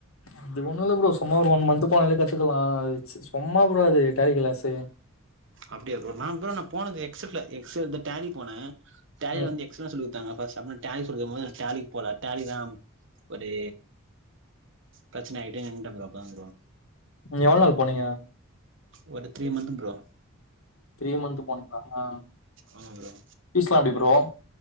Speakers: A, on the left (about 75°); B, on the right (about 60°).
A: அது ஒன்னுல்ல ப்ரோ சும்மா ஒரு ஒன் மந்த் த்து போனாலே கத்துக்கலா சும்மா ப்ரோ அது டேலி கிளாஸு
B: அப்டியா ப்ரோ நா ப்ரோ நா போனது எக்ஸட்ல எக்ஸல் இந்த டேலி போனே டேலி
A: ம்
B: வந்து எக்ஸல்ல சொல்லிக் குத்தாங்க ப செமட் தேங்க்ஸ் கொடுக்கும் போது டேலிக்கு போல டேலி தா ஒரு பிரச்சன ஆயிட்டு நின்னுட்ட ப்ரோ அப்பதா ப்ரோ
A: நீங்க எவ்ளோ நாள் போனீங்க
B: ஒரு three month bro
A: three month போனீங்களா
B: ஆமா ப்ரோ
A: பீஸ்லாம் எப்டி ப்ரோ